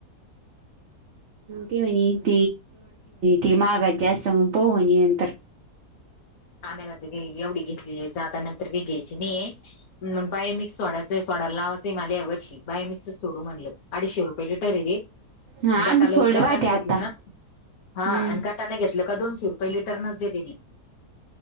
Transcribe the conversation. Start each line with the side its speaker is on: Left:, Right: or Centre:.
Right: ती म्हणी <unintelligible> ती महागची असते म्हण <unintelligible> नंतर
Left: आम्याला तर एवढी घेतली जाता नंतर काही घ्यायची नाही मग बाय मिक्स सोडायचं सोडयं लावायचंय मला या वर्षी बाय मी कस सोडू म्हणलं अडीचशे रुपये लिटर ए ते
Right: हा
Left: गटाला
Right: आम्ही सोडलं
Left: गटाने
Right: बा ते आता
Left: घेतलं ना
Right: हम्म
Left: हा आणि गटाने घेत घेतला का दोनशे रुपय लिटर नच देते ती